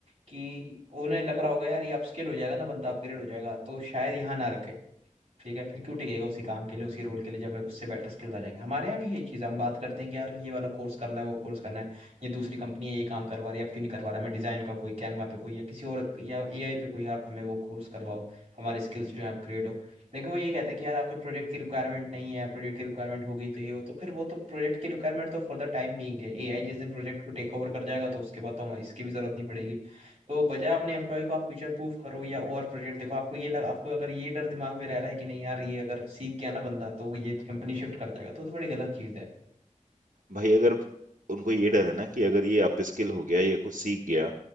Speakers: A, on the right; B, on the right.
A: कि उन्हें लग रहा होगा यार ये अपस्किल हो जाएगा ना बंदा अपग्रेड हो जाएगा तो शायद यहाँ ना रखे ठीक है फिर क्यों टिकेगा उसी काम के लिए उसी रोल के लिए जब उससे बेटर स्किल्स आ जाएंगे हमारे यहाँ भी यही चीज़ है, हम बात करते हैं कि यार ये वाला कोर्स करना है वो कोर्स करना है ये दूसरी कंपनी है ये काम करवा रही है आप क्यों नहीं करवा रहा है हमें डिजाइन का कोई कैनवा पे कोई या किसी और या एआई पे कोई आप हमें वो कोर्स करवाओ हमारे स्किल्स जो है अपग्रेड हो लेकिन वो ये कहते हैं कि यार आपके प्रोजेक्ट की रिक्वायरमेंट नहीं है प्रोजेक्ट की रिक्वायरमेंट होगी तो ये हो तो फिर वो तो प्रोजेक्ट की रिक्वायरमेंट तो फॉर द टाइम बीइंग है एआई जिस दिन प्रोजेक्ट को टेक ओवर कर जाएगा तो उसके बाद तो हमें इसकी भी जरूरत नहीं पड़ेगी तो बजाय अपने एम्प्लॉय को आप फ्यूचर प्रूफ करो या और प्रोजेक्ट देखो आपको ये लग, आपको अगर ये डर दिमाग में रह रहा है कि नहीं यार ये अगर सीख गया ना बंदा तो ये कंपनी शिफ्ट कर जाएगा तो, तो बड़ी गलत चीज है
B: भाई अगर उनको ये डर है ना कि अगर ये अपस्किल हो गया या कुछ सीख गया